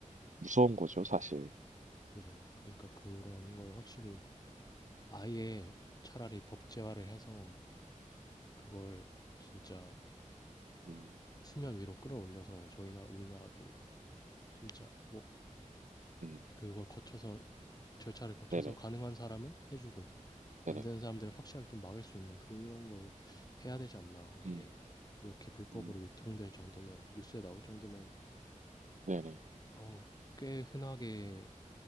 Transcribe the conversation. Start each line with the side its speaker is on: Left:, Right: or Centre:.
Right: 무서운 거죠, 사실.
Left: 그죠. 그러니까 그런 걸 확실히 아예 차라리 법제화를 해서 그걸 진짜
Right: 음,
Left: 수면 위로 끌어올려서 저희 나 우리나라도 진짜 뭐
Right: 음,
Left: 그걸 거쳐서 절차를 거쳐서
Right: 네네,
Left: 가능한 사람은 해주고
Right: 네네.
Left: 안 되는 사람들은 확실하게 좀 막을 수 있는 그런 걸 해야 되지 않나 이게
Right: 음,
Left: 이렇게 불법으로
Right: 음.
Left: 유통될 정도면 뉴스에 나올 정도면
Right: 네네.
Left: 어, 꽤 흔하게